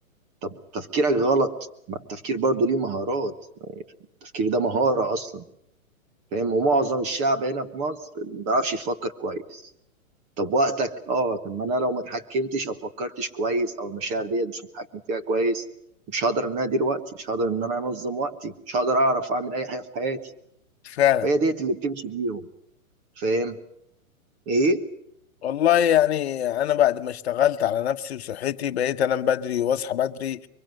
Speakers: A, on the right; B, on the left.
A: طب تفكيرك غلط ما التفكير برضو ليه مهارات التفكير ده مهاره اصلا فاهم ومعظم الشعب هنا في مصر ما بيعرفش يفكر كويس طب وقتك اه طب ما انا لو ما اتحكمتش او فكرتش كويس او المشاعر ديت مش متحكم فيها كويس مش هقدر ان انا ادير وقتي مش هقدر ان انا انظم وقتي مش هقدر اعرف اعمل اي حاجه في حياتي
B: فعلا
A: فهي ديت اللي بتمشي بيهم فاهم ايه
B: والله يعني انا بعد ما اشتغلت على نفسي وصحتي بقيت انام بدري واصحى بدري